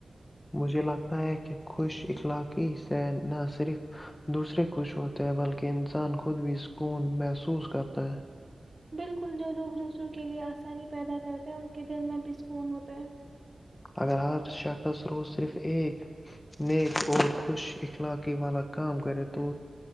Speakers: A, on the left; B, on the right.
A: مجھے لگتا ہے کہ خوش اخلاقی سے نہ صرف دوسرے خوش ہوتے ہیں بلکہ انسان خود بھی سکون محسوس کرتا ہے
B: بالکل جو لوگ دوسروں کے لیئے آسانی پیدا کرتے ہیں ان کے دل میں بھی سکون ہوتا ہے
A: اگر آر شخص رو صرف ایک نیک اور خوش اخلاقی والا کام کرے تو